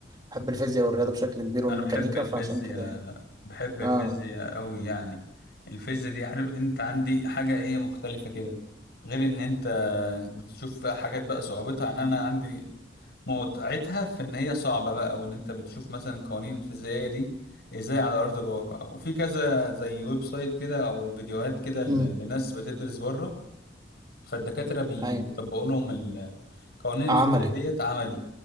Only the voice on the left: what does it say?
انا بحب الفيزياء
بحب الفيزياء
قوي يعني الفيزياء دي عارف انت عندي حاجة ايه مختلفة كده غير ان انت بتشوف بقى حاجات بقى صعوبتها ان انا عندي متعتها في ان هي صعبة بقى وان انت بتشوف مثلا قوانين الفيزيائية دي ازاي على ارض الواقع وفي كذا زي ويب سايت كده او فيديوهات كده ل-
لناس بتدرس بره فالدكاترة بيطبقوا
لهم قوانين الفيزياء
ديت عملي